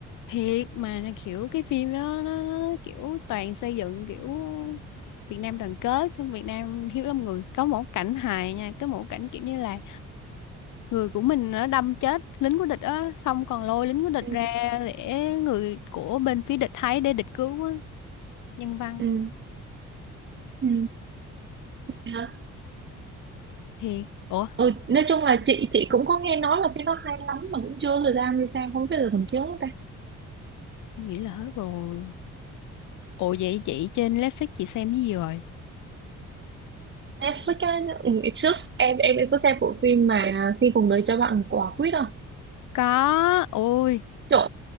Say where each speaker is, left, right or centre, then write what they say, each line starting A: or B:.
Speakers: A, on the left; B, on the right.
A: thiệt mà là kiểu cái phim đó nó, nó kiểu toàn xây dựng kiểu Việt Nam đoàn kết xong Việt Nam hiếu lắm người có một cảnh hài nha có một cảnh kiểu như là người của mình nó đâm chết lính của địch á xong còn lôi lính của địch
B: ừ.
A: ra để người của bên phía địch thấy để địch cứu á nhân văn
B: Ừ. Ừ. Hả?
A: thiệt ủa
B: Ừ. nói chung là chị chị cũng có nghe nói là phim đó hay lắm mà cũng chưa có thời gian đi xem không biết giờ còn chiếu không ta
A: nghĩ là hết rồi ủa vậy chị trên Netflix chị xem cái gì rồi
B: Netflix á, ừ, ngày trước em em em có xem bộ phim mà khi cùng đời cho bạn một quả quýt không
A: có ôi
B: Trời